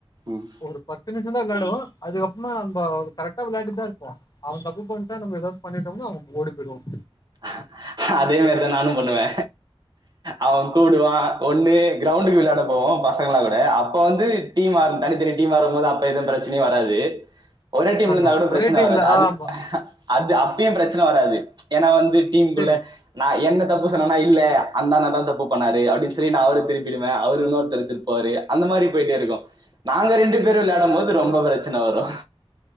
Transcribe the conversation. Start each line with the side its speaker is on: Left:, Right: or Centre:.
Right: ம்
Left: ஒரு பத்து நிமிஷம் தா விளாடுவோம் அதுக்கப்புறம் இப்ப அவரு கரெக்டா விளையாடிட்டுதா இருப்போம் அவ தப்பு பண்ணிட்டா நம்ம எதாவது பண்ணிட்டோம்ணா அவ ஓடி போயிடுவோம்
Right: <inaudible> அதே மாரிதா நானும் பண்ணுவே அவே கூடுவா ஒண்ணு கிரவுண்டுக்கு விளயாட போவோம் பசங்களோட அப்ப வந்து டீம் அது தனி தனி டீம் இருக்கும்போது அப்ப எந்த பிரச் இனி வராது ஒரே டீம்ல
Left: ஆமா
Right: இருந்தா கூட பிரச்சன
Left: ஒரே டீம்ல
Right: வராது அது
Left: ஆமா
Right: அது அப்பயும் பிரச்சன வராது ஏனா வந்து டீம் குள்ள
Left: செரி
Right: நா என்ன தப்பு இல்ல அந்த அண்ணன் தான் தப்பு பண்ணாரு அப்டினு சொல்லி அவுர திருப்பிருவே அவரு இன்னொருதர திருப்பிருவாரு அந்த மாரி போயிட்டே இருக்கும் நாங்க ரெண்டு பேரும் விளயாடும் போது ரொம்ப பிரச்ச இல்ல வரும்